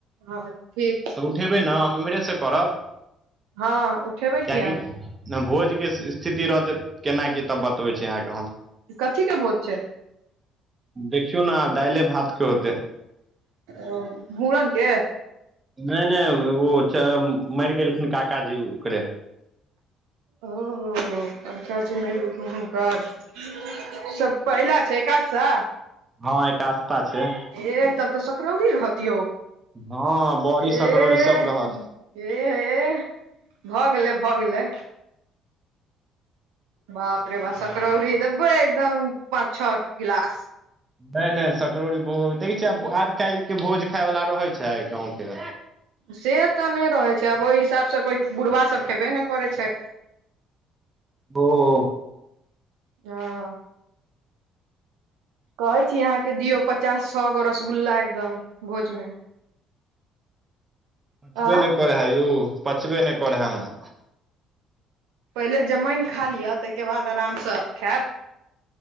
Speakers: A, on the right; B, on the right.
A: हँ हँ ठीक छैय।
B: तऽ उठेबै न हम एम्हरे से करब,
A: हँ उठेबै किया
B: कियकि
A: ने
B: भोज के स्थिति रहतै केना कि तब बतबै छी अहाँके हम।
A: कथी के भोज छैय?
B: देखियौ न दाइले भात के होतै।
A: ओ मुड़न के?
B: नहि नहि <unintelligible> मरि गेलखिन काका जी ओकरे।
A: ओ हो काकाजी मैर घेल्खिन हुनकर। पहिला छैय एकादशा?
B: हँ एकादशा। सा छैय।
A: एह तब तऽ सकरौरी रहत यौ।
B: हँ बड़ी
A: एह
B: सकरौरी सब रहत।
A: एह एह भऽ गेलै भऽ गेलै। बाप रे बाप सकरौरी देबै एकदम पाँच छओ ग्लास।
B: नहि नहि सकरड़ौड़री भोग देखै छियै आब काल्हिके भोज खाायवला रहै छैय कहूंके।
A: से तऽ नहि रहै छैय आब ओहि हिसाबसँ कोइ बुढ़बा सभ खेबे ने करै छैय।
B: ओ
A: हँ कहै छी अहाँके दियौ पचास सौ गो रसगुल्ला एकदम भोजमे
B: पचबे
A: आ
B: नय करै है यौ पचबे नय करै है हमरा
A: पहिले जमईन खा लिअ ताहिके बाद आरामसँ खेयब